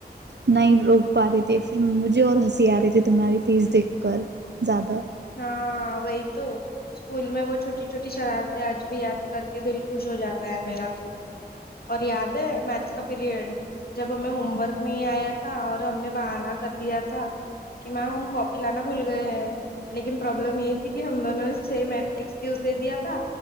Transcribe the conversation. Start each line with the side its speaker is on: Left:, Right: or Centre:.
Right: نہیں روک پا رہے تھی پھر مجھے اور ہنسی آ رہی تھی تمہاری فیس دیکھ کر زیادہ
Left: ہاں وہی تو اسکول میں وہ چھوٹی چھوٹی شرارتیں آج بھی یاد کر کے دل خوش ہو جاتا ہے میرا تو اور یاد ہے میتھ کا پیریڈ جب ہمیں ہوم ورک نہیں آیا تھا اور ہم نے بہانہ کر دیا تھا کہ میم ہم کاپی لانا بھول گئے ہیں لیکن پرابلم یہ تھی کہ ہم دونوں نے سیم ایکسکیوز دے دیا تھا